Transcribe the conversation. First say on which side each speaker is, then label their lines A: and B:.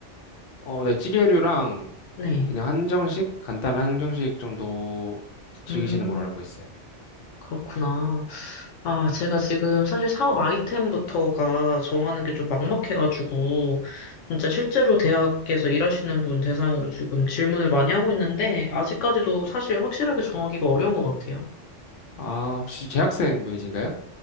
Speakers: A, on the left; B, on the left.
A: 어, 네, 찌개류랑
B: 네.
A: 그리고 그냥 한정식, 간단한 한정식 정도 즐기시는
B: 음,
A: 걸로 알고 있어요.
B: 그렇구나. 아, 제가 지금 사실 사업 아이템부터가 정하는 게 좀 막막해가지고, 진짜 실제로 대학에서 일하시는 분 대상으로 지금 질문을 많이 하고 있는데, 아직까지도 사실 확실하게 정하기가 어려운 것 같아요.
A: 아, 혹시 재학생 분이신가요?